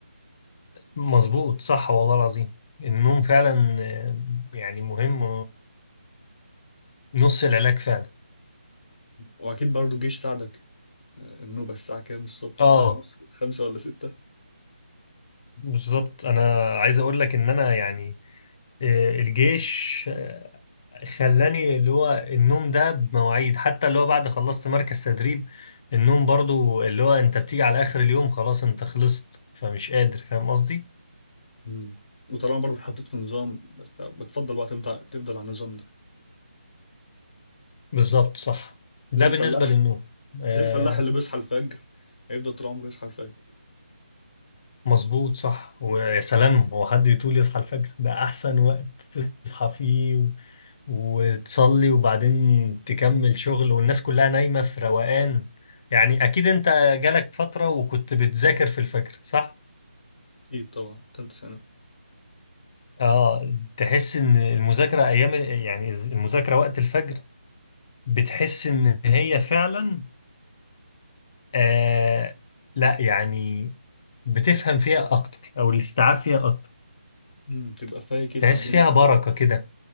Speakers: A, on the left; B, on the left.
A: مظبوط صح والله العظيم النوم فعلا آه، يعني مهم ونص العلاج فعلا
B: واكيد برضه الجيش ساعدك آه، النوبة الساعة كام الصبح الساعة
A: اه
B: خمس خمسة ولا ستة
A: بالظبط انا عايز اقول لك ان انا يعني آه، الجيش آه، خلاني اللي هو النوم ده بمواعيد حتى اللي هو بعد خلصت مركز تدريب النوم برضو اللي هو انت بتيجي على اخر اليوم خلاص انت خلصت فمش قادر فاهم قصدي
B: مم. وطالما برضه اتحطيت في نظام بس بتفضل بقى تفضل تفضل على النظام ده
A: بالظبط صح ده
B: زي الفلاح
A: بالنسبة للنوم آه
B: زي الفلاح اللي بيصحى الفجر هيفضل طول عمره يصحى الفجر
A: مظبوط صح ويا سلام هو حد يطول يصحى الفجر ده احسن وقت تصحى فيه و... وتصلي وبعدين تكمل شغل والناس كلها نايمة في روقان يعني اكيد انت جالك فترة وكنت بتذاكر في الفجر صح
B: اكيد طبعا تالتة سنة
A: اه تحس ان المذاكره ايام يعني المذاكره وقت الفجر بتحس ان هي فعلا آه لا يعني بتفهم فيها اكتر او الاستيعاب فيها اكتر
B: مم. تبقى فايق كده
A: تحس
B: والدنيا
A: فيها بركه كده